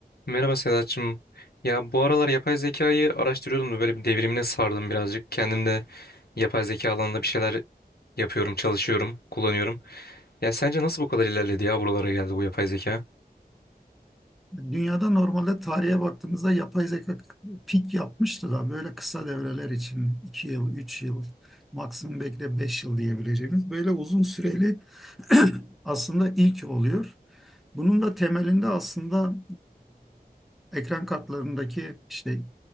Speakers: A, on the left (about 75°); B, in the centre.
A: Merhaba Sedat'cığım. Ya bu aralar yapay zekayı araştırıyordum da böyle bir devrimine sardım birazcık. Kendim de yapay zeka alanında bir şeyler yapıyorum, çalışıyorum, kullanıyorum. Ya sence nasıl bu kadar ilerledi ya buralara geldi bu yapay zeka?
B: Dünyada normalde tarihe baktığımızda yapay zeka pik yapmıştı da böyle kısa devreler için 2 yıl, 3 yıl, maksimum belki de 5 yıl diyebileceğimiz böyle uzun süreli <clears throat> aslında ilk oluyor. Bunun da temelinde aslında e, ekran kartlarındaki işte